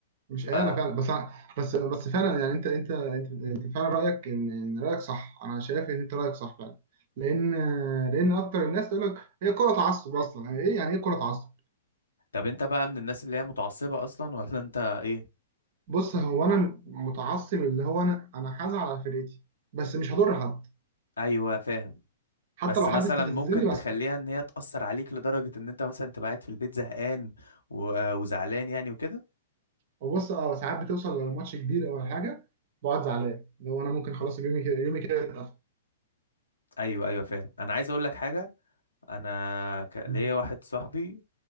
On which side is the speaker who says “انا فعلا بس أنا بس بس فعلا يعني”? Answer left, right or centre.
Right